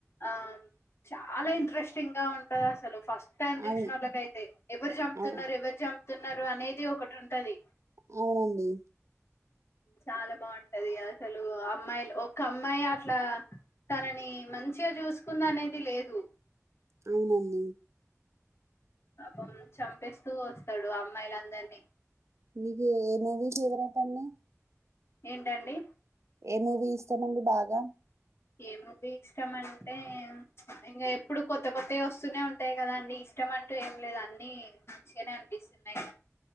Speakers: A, on the left; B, on the right.
A: ఆ చాలా ఇంట్రెస్టింగ్ గా ఉంటది అసలు ఫస్ట్ టైం చూసిన
B: అవును.
A: వాళ్ళకైతే ఎవరు చంపుతున్నారు
B: అవును.
A: ఎవరు చం తున్నారు అనేది ఒకటి ఉంటది
B: అవునండి
A: చాలా బాంటది అసలు అమ్మాయిలు ఒక్క అమ్మాయి అట్లా తనని మంచిగా చూసుకుందనేది లేదు
B: అవునండి
A: పాపం చంపేస్తూ వస్తాడు అమ్మాయిలందరినీ
B: మీకీ ఏ మూవీ ఫేవరెట్ అండి
A: ఏంటండి
B: ఏ మూవీ ఇష్టమండి బాగా
A: ఏమూవి ఇష్టం అంటే ఇంకా ఎప్పుడు కొత్త కొత్తవి వస్తూనే ఉంటాయి కదా అండి ఇష్టం అంటూ ఏం లేదు అన్ని మంచిగానే అనిపిస్తున్నాయి కదా